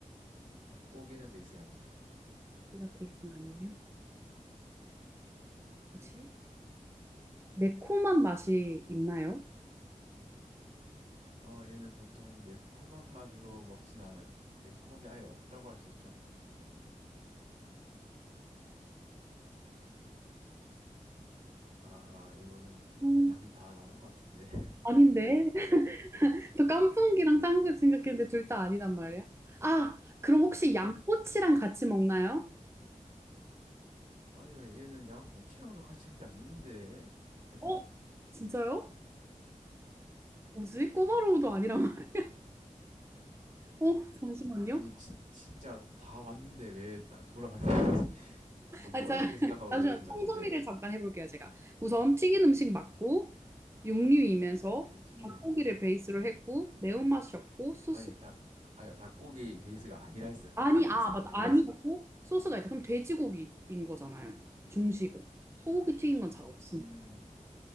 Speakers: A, on the right (about 70°); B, on the right (about 20°).
A: 닭고기는 베이스가 아닙니다.
B: 고기가 베이스는 아니에요? 뭐지? 매콤한 맛이 있나요?
A: 어, 얘는 보통 매콤한 맛으로 먹진 않아요. 매콤함이 아예 없다고 할 수 있죠. 아하, 이거는 거의
B: 음,
A: 답이 다 나온 것 같은데. <laughs>
B: 아닌데. <laughs> 저 깐풍기랑 탕수육 생각했는데 둘 다 아니단 말이야. 아, 그럼 혹시 양꼬치랑
A: 어,
B: 같이 먹나요?
A: 아니요, 얘는 양꼬치랑도 같이 먹지 않는데. 아니,
B: 어? 진짜요?
A: 지-
B: 뭐지? 꼬바로우도 아니란 말. 어, 잠시만요.
A: 아니, 진, 진짜 다 왔는데 왜 다 돌아갔는지. <laughs> 너무
B: 아,
A: 어렵게
B: 자, <laughs>
A: 생각하고
B: 잠시만.
A: 계신
B: 총정리를
A: 것 같은데.
B: 잠깐 해볼게요, 제가. 우선 튀긴 음식 맞고, 육류이면서
A: 실 튀기는,
B: 닭고기를
A: 실-
B: 베이스로 했고, 매운맛이 없고, 소스.
A: 아니, 닭, 아니요, 닭고기 베이스가 아니라 했어요. 닭고기
B: 아니,
A: 베이스가
B: 아, 맞다.
A: 아니라
B: 아니었고,
A: 했어요.
B: 소스가 있다. 그럼 돼지고기인 거잖아요. 중식은. 소고기 튀긴 건 잘 없으니까.
A: 음,